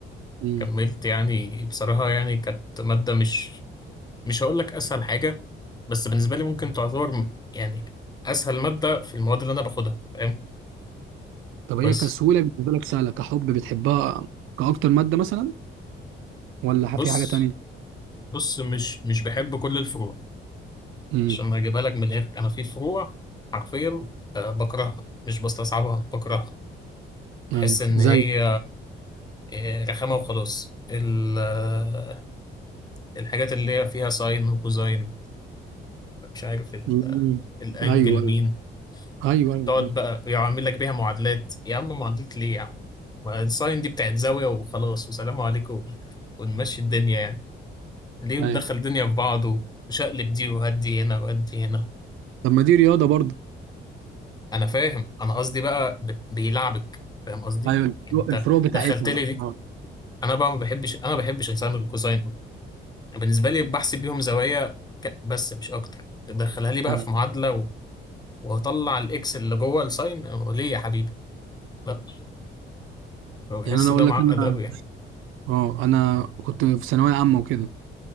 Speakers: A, on the right (about 85°); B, on the left (about 20°).
A: مم.
B: كملت يعني بصراحة يعني كانت مادة مش مش هقول لك اسهل حاجة بس بالنسبة لي ممكن تعتبر م- يعني اسهل مادة في المواد اللي انا باخدها فاهم
A: طب
B: بس
A: هي كسهوله بالنسبه لك سهله كحب بتحبها كاكتر ماده مثلا ولا
B: بص
A: في حاجه تانية
B: بص مش مش بحب كل الفروع
A: امم
B: عشان ما اجيبها لك من الاخر انا في فروع حرفيا آه، بكرهها مش بستصعبها بكرهها بحس
A: ايوه
B: ان هي
A: زي
B: آه، رخامه وخلاص ال- آه، الحاجات اللي هي فيها ساين وكوزاين مش عارف ال-
A: مم.
B: آه، الانجل
A: ايوه
B: مين
A: ايوه
B: وتقعد
A: ايوه ايوه ايوه
B: بقى يعمل لك بيها معادلات يا عم معادلات ليه يا عم ما الساين دي بتاعت زاويه وخلاص وسلام عليكم ونمشي الدنيا يعني ليه مدخل
A: أيوة.
B: الدنيا في بعض وشقلب دي وهدي هنا وهدي هنا
A: طب ما دي رياضه برضه
B: انا فاهم انا قصدي بقى ب- بيلعبك فاهم قصدي
A: ايوه الفروق
B: يعني انت
A: الفروق بتاعتنا
B: دخلت لي
A: بقى
B: دي
A: آه.
B: انا بقى ما بحبش انا ما بحبش الساين والكوساين بالنسبه لي بحسب بيهم زوايا ك... بس مش اكتر تدخلها لي بقى
A: آه.
B: في معادله و... وهطلع الاكس اللي جوه الساين أو ليه يا حبيبي لا بحس
A: يعني انا اقول
B: ده معقد
A: لك انا
B: قوي يعني
A: اه انا كنت في ثانويه عامه وكده